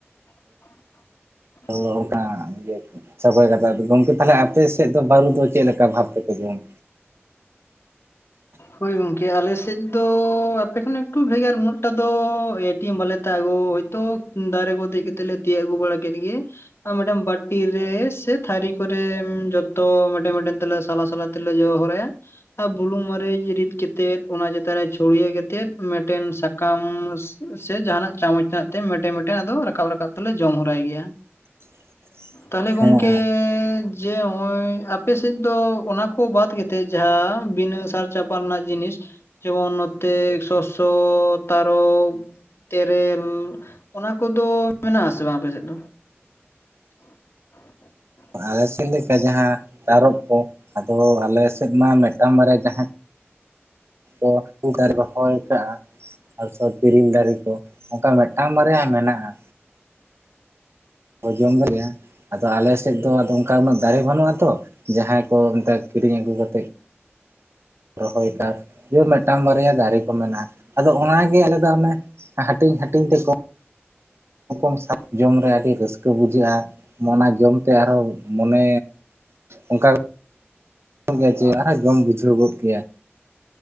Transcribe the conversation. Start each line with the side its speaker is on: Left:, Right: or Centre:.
Left: <unintelligible>
Right: ᱛ ᱚᱱᱠᱟ ᱤᱭᱟᱹ ᱥᱚᱜᱚᱭ <inaudible> ᱜᱚᱢᱠᱮ ᱛᱟᱦᱚᱞᱮ ᱟᱯᱮ ᱥᱮᱫ ᱫᱚ ᱵᱟᱹᱨᱩ ᱫᱚ ᱪᱮᱫ ᱞᱮᱠᱟ ᱵᱷᱟᱵ ᱛᱮᱠᱚ ᱡᱚᱢᱟ?
Left: ᱦᱳᱭ ᱜᱚᱝᱠᱮ ᱟᱞᱮ ᱥᱮᱫ ᱫᱚ ᱟᱯᱮ ᱠᱷᱚᱱ ᱮᱠᱴᱩ ᱵᱷᱮᱜᱟᱨ ᱩᱱᱟᱹᱜ ᱴᱟ ᱫᱚ ᱮᱴᱮᱢ ᱵᱟᱞᱮ <unintelligible> ᱦᱳᱭ ᱛᱚ ᱫᱟᱨᱮ ᱠᱚ ᱫᱮᱡ ᱠᱟᱛᱮᱡ ᱞᱮ ᱛᱤᱭᱚᱜ ᱟᱸᱜᱩ ᱵᱟᱲᱟ ᱠᱮᱫ ᱜᱮ ᱟᱨ ᱢᱮᱱᱴᱮᱱ ᱵᱟᱴ ᱨᱮ ᱥᱮ ᱛᱷᱟᱨᱤ ᱠᱚᱨᱮ ᱡᱚᱛᱚ ᱢᱮᱴᱮᱢ ᱢᱮᱴᱮᱱ ᱛᱮᱞᱮ ᱥᱟᱞᱟ ᱥᱟᱞᱟ ᱡᱚ ᱦᱚᱨᱟᱭᱟ ᱟᱨ ᱵᱩᱞᱩᱝ ᱢᱟᱨᱤᱪ ᱨᱤᱫ ᱠᱟᱛᱮᱫ ᱚᱱᱟ ᱪᱮᱛᱟᱱ ᱨᱮ ᱪᱷᱩᱲᱭᱟᱹ ᱠᱟᱛᱮ ᱢᱤᱫᱴᱮᱱ ᱥᱟᱠᱟᱢ ᱥᱮ ᱡᱟᱦᱟᱱᱟᱜ ᱪᱟᱢᱚᱪ ᱨᱮᱱᱟᱜ ᱛᱮ ᱢᱮᱴᱮᱱ ᱢᱮᱴᱮᱱ ᱟᱫᱚ ᱨᱟᱠᱟᱵ ᱨᱟᱠᱟᱵ ᱛᱮᱞᱮ ᱡᱚᱢ ᱦᱚᱨᱟᱭ ᱜᱮᱭᱟ᱾
Right: <unintelligible>
Left: ᱛᱟᱦᱚᱞᱮ
Right: ᱦᱮᱸ
Left: ᱜᱚᱝᱠᱮ ᱡᱮ ᱚᱜ-ᱚᱭ ᱟᱯᱮ ᱥᱮᱫ ᱫᱚ ᱚᱱᱟ ᱠᱚ ᱵᱟᱫ ᱠᱟᱛᱮ ᱡᱟᱦᱟ ᱵᱤᱱᱟᱹ ᱥᱟᱨ <inaudible> ᱯᱟᱱ ᱨᱮᱱᱟᱜ ᱡᱤᱱᱤᱥ ᱡᱮᱢᱚᱱ ᱱᱚᱛᱮ ᱥᱚᱥᱚ ᱛᱟᱨᱚᱵ ᱛᱮᱨᱮᱞ ᱚᱱᱟ ᱠᱚᱫᱚ ᱢᱮᱱᱟᱜ-ᱟ ᱥᱮ ᱵᱟᱝ ᱟᱯᱮ ᱥᱮᱫ ᱫᱚ? <unintelligible>
Right: ᱟᱞᱮ ᱥᱮᱫ ᱞᱮᱠᱟ ᱡᱟᱦᱟ ᱛᱟᱨᱚᱵ ᱠᱚ ᱟᱫᱚ ᱟᱞᱮ ᱥᱮᱫ ᱢᱟ ᱢᱤᱫᱴᱟᱝ ᱵᱟᱨᱭᱟ ᱡᱟᱦᱟ ᱠᱚ <inaudible> ᱨᱚᱦᱚᱭ ᱠᱟᱜ-ᱟ <unintelligible> ᱫᱟᱨᱮ ᱠᱚ ᱚᱱᱠᱟ ᱢᱤᱫᱴᱟᱝ ᱵᱟᱨᱭᱟ ᱢᱮᱱᱟᱜ-ᱟ᱾ ᱠᱚ ᱡᱚᱢ <inaudible> ᱜᱮᱭᱟ ᱟᱫᱚ ᱟᱞᱮ ᱥᱮᱫ ᱫᱚ ᱚᱱᱠᱟ ᱩᱱᱟᱹᱜ ᱫᱟᱨᱮ ᱵᱟᱹᱱᱩᱜ ᱟᱛᱚ ᱡᱟᱦᱟᱭ ᱠᱚ <inaudible> ᱠᱤᱨᱤᱧ ᱟᱹᱜᱩ ᱛᱮᱫ ᱨᱚᱦᱚᱭ ᱟᱠᱟ ᱡᱮ ᱢᱤᱫᱴᱟᱝ ᱵᱟᱨᱭᱟ ᱫᱟᱨᱮ ᱠᱚ ᱢᱮᱱᱟᱜ-ᱟ ᱟᱫᱚ ᱚᱱᱟᱜᱮ ᱟᱞᱮ ᱫᱚ ᱚᱱᱮ ᱦᱟᱹᱴᱤᱧ ᱦᱟᱹᱴᱤᱧ ᱛᱮᱠᱚ <inaudible> ᱡᱚᱢ ᱨᱮ ᱟᱹᱰᱤ ᱨᱟᱹᱥᱠᱟᱹ ᱵᱩᱡᱷᱟᱹᱜ-ᱟ ᱢᱚᱱᱟ ᱡᱚᱢ ᱛᱮ ᱟᱨᱦᱚᱸ ᱢᱚᱱᱮ ᱚᱱᱠᱟ ᱜᱮᱭᱟ ᱡᱮ ᱟᱨᱦᱚᱸ ᱡᱚᱢ ᱵᱩᱡᱷᱟᱹᱣ ᱜᱚᱫ ᱠᱮᱭᱟ᱾